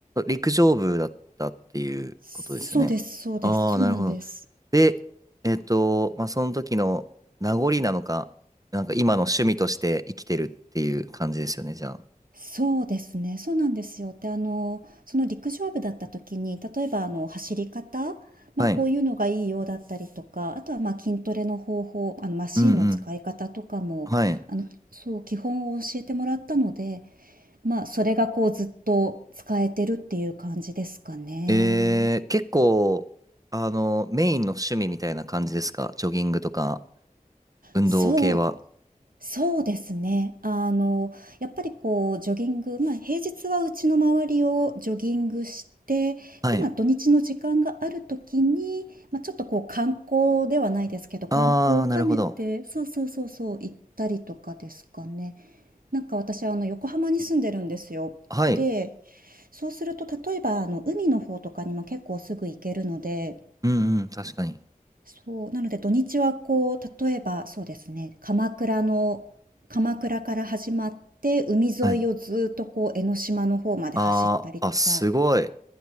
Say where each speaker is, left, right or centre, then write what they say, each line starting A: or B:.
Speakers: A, on the right; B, on the right.
A: 陸上部だったっていうことですよね。
B: そうです、そうです、
A: ああ、
B: そうなんです。
A: なるほど。で、えっと、まあ、その時の名残なのか、なんか今の趣味として生きてるっていう感じですよね、じゃあ。
B: そうですね、そうなんですよ。で、あの、その陸上部だった時に、例えばあの走り方、まあ、
A: はい。
B: こういうのがいいようだったりとか、あとはまあ筋トレの方法、あのマシンの使い方とかも、
A: うんうん。はい。
B: あの、そう、基本を教えてもらったので、まあ、それがこうずっと使えてるっていう感じですかね。
A: えー、結構、あの、メインの趣味みたいな感じですかジョギングとか、運動系は。
B: そうそうですね。あの、やっぱりこうジョギング、まあ、平日はうちの周りをジョギングして、で、
A: はい。
B: まあ、土日の時間があるときに、まあ、ちょっとこう観光ではないですけど、観光を兼ねて、
A: あー、なるほど。
B: そうそうそうそう、行ったりとかですかね。なんか私はあの横浜に住んでるんですよ。
A: はい。
B: で、そうすると例えばあの海の方とかにも結構すぐ行けるので、
A: うんうん、確かに。
B: そう、なので土日はこう、例えばそうですね、鎌倉の、鎌倉から始まって、海沿いをずっとこう、
A: はい。
B: 江ノ島の方まで走ったりとか、
A: あー、あ、すごい。